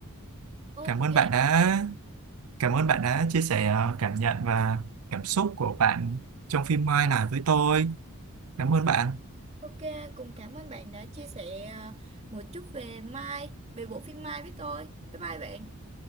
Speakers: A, on the right (about 30°); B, on the right (about 80°).
A: Ok,
B: Cảm ơn bạn đã cảm ơn bạn đã chia sẻ ờ, cảm nhận và cảm xúc của bạn trong phim Mai này với tôi. Cảm ơn bạn.
A: ok, cùng cảm ơn bạn đã chia sẻ ờ, một chút về Mai, về bộ phim Mai với tôi. Bye bye bạn.